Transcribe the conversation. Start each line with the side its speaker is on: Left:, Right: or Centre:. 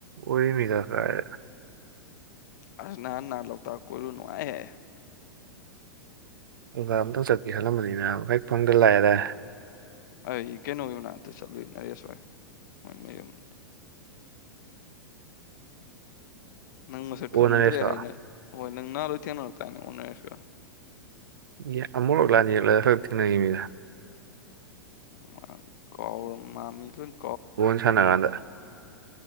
Right: ꯑꯣꯏꯔꯃꯤꯗꯥ ꯀꯥꯏꯗꯩ
Left: ꯑꯁ ꯅꯍꯥꯟꯅꯥ ꯂꯣꯛꯇꯥꯛ ꯀꯣꯏꯔꯨ ꯅꯨꯡꯉꯥꯏꯍꯦ
Right: ꯑꯣꯖꯥ ꯑꯝꯇꯪ ꯆꯠꯀꯦ ꯈꯜꯂꯝꯕꯅꯤꯅ ꯍꯦꯛ ꯐꯪꯗ ꯂꯥꯛꯑꯦꯗꯥꯢ
Left: ꯑꯩ ꯀꯩꯅꯣꯒꯤ ꯃꯅꯥꯛꯇ ꯆꯠꯂꯨꯢꯅꯦ ꯑꯩ ꯉꯁꯥꯢ ꯃꯣꯢ ꯃꯌꯨꯝꯗ ꯅꯪ ꯃꯁꯛ
Right: ꯑꯣꯟꯅ
Left: ꯈꯪꯗ꯭ꯔꯦ
Right: ꯔꯦꯁꯇꯣ
Left: ꯍꯥꯏꯅ ꯍꯣꯏ ꯅꯪ ꯅꯍꯥꯟ ꯂꯣꯏ ꯊꯦꯡꯅꯔ ꯇꯥꯅꯦ ꯑꯣꯟꯅꯔꯁꯤꯒ
Right: ꯑꯦ ꯑꯃꯨꯔꯛ ꯂꯥꯟꯅꯤ ꯌꯦꯛꯂ ꯈꯔ ꯊꯦꯡꯅꯩꯌꯦꯃꯤ
Left: ꯃꯥ ꯀꯥꯎꯔ ꯃꯥ ꯃꯤꯂꯣꯢꯅ
Right: ꯕꯣꯟ ꯁꯥꯟꯅ ꯀꯥꯟꯗ